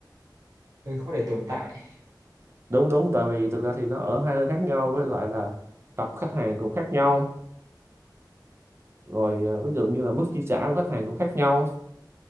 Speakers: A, on the right; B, on the right.
A: hơi khó để tồn tại
B: đúng đúng tại vì thực ra thì nó ở hai nơi khác nhau với lại là tập khách hàng cũng khác nhau rồi ờ, ví dụ như là mức chi trả của khách hàng cũng khác nhau